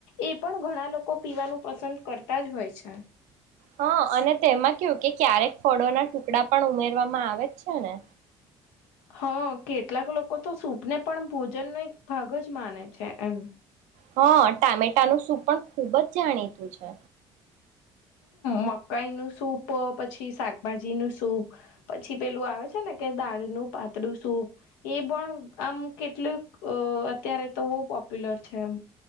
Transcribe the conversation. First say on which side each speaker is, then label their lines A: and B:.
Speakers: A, on the left (about 75°); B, on the right (about 65°).
A: એ પણ ઘણા. લોકો પીવાનું પસંદ કરતા જ હોય છે.
B: હા અને તેમાં કું કે ક્યારેક ફળોના ટુકડા પણ ઉમેરવામાં આવે જ છે ને.
A: હા કેટલાક લોકો તો સૂપને પણ ભોજનનોો એક ભાગ જ માને છે એમ.
B: હા ટામેટાનું શું પણ ખૂબ જ જાણીતું છે.
A: મકાઈ નું સૂપ પછી શાકભાજી નું સૂપ પછી પેલું આવે છે ને કે દાળ. પાતળું સૂપ એ પણ આમ કેટલું અત્યારે તો બહ પોપ્યુલર છે. છેમ.